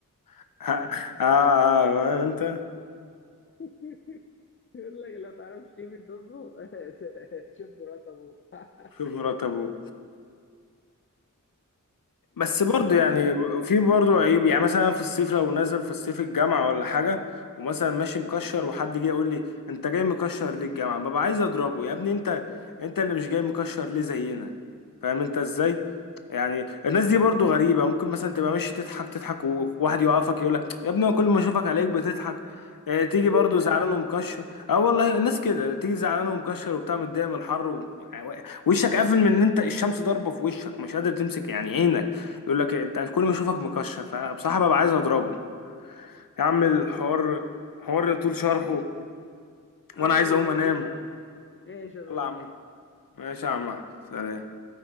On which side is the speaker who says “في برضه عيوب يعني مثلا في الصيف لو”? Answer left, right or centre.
Left